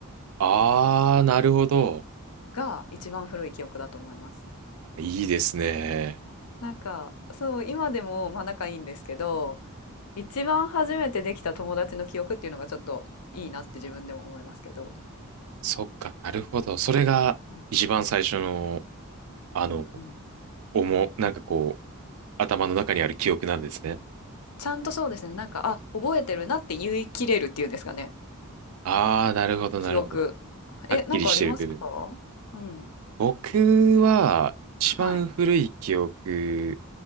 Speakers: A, on the right; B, on the left.
A: ああ、なるほど。
B: が一番古い記憶だと思います。
A: いいですね。
B: なんかそう今でもまあ仲いいんですけど一番初めてできた友達の記憶っていうのがちょっといいなって自分でも思いますけど。
A: そっか、なるほど。
B: はい。
A: それが一番最初の、
B: はい。
A: あの、
B: うんうん。
A: 思う、なんかこう、頭の中にある記憶なんですね。
B: ちゃんとそうですね、なんか、あ、覚えてるなって言い切れるっていうんですかね、
A: ああ、なるほど、
B: 記憶。
A: なるほど。はっきりしてる部分。
B: え、なんかありますか？うん。
A: 僕は、一番古い記憶、
B: はい。